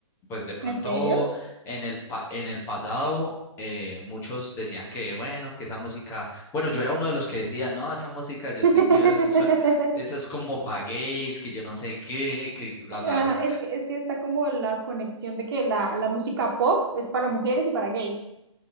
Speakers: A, on the left; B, on the right.
A: Pues de pronto
B: ¿En serio?
A: en el, pa- en el pasado eh, muchos decían que, bueno, que esa música, bueno, yo era uno de los que decía, no, esa música de Justin
B: <laughs>
A: Bieber, eso esas como paguéis, que yo no sé qué, que bla, bla,
B: Ajá,
A: bla.
B: es que, es que está como la conexión de que la, la música pop es para mujeres y para gays.